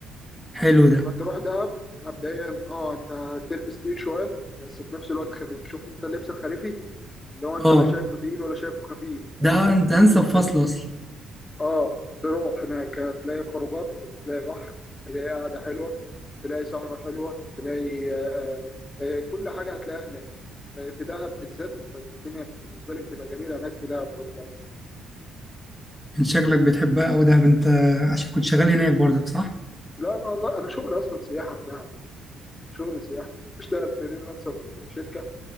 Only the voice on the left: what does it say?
هتروح دهب مبدئيا اه انت تلبس تقيل شويه بس في نفس الوقت خفيف شوف انت اللبس الخريفي اللي هو انت
لا شايفه تقيل ولا شايفه خفيف فاهم
هتلبسه
اه تروح هناك هتلاقي خروجات تلاقي بحر تلاقي قعده حلوه تلاقي سهره حلوه تلاقي آه آه كل حاجه هتلاقيها هناك في دهب بالذات انت الدنيا بالنسبه لي بتبقى جميله هناك في دهب خد بالك.
لا انا والله انا شغلي اصلا سياحه في دهب شغلي سياحه بشتغل فريلانسر شركه